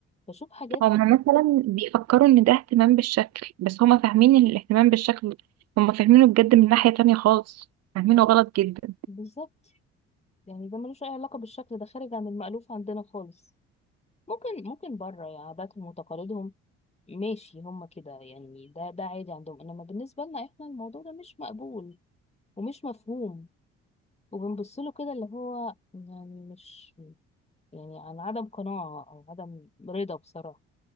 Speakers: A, on the left; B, on the right.
A: بشوف حاجات
B: هما مثلا بيفكروا ان ده اهتمام بالشكل بس هما فاهمين ان الاهتمام بالشكل هما فاهمينه بجد من ناحيه تانية خالص فاهمينه غلط جدا
A: بالظبط يعني ده ملوش أي علاقة بالشكل ده خارج عن المألوف عندنا خالص ممكن ممكن بره يعني عاداتهم وتقاليدهم ماشي هما كده يعني ده ده عادي عندهم إنما بالنسبة لنا إحنا الموضوع ده مش مقبول ومش مفهوم وبنبصله كده اللي هو يعني مش يعني عن عدم قناعة أو عدم رضا بصراحة